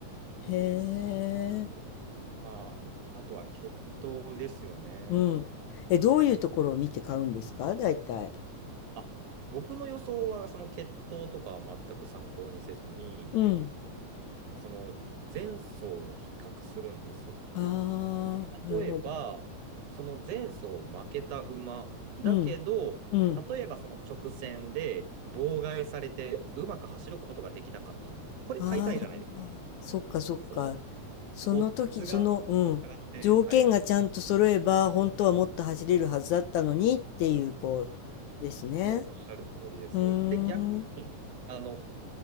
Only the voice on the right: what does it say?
です
し、まあ、あとは決闘ですよね。
あ、僕の予想は、その決闘とかは全く参考にせずに、
その前走を比較するんです。
例えば、その前走負けた馬だけど、
例えばその直線で妨害されてうまく走ることができなかった馬、これ買いたいじゃないですか。
その
オッズが上がって、
はい、
もうおっしゃる通りです。
で、逆に、あの、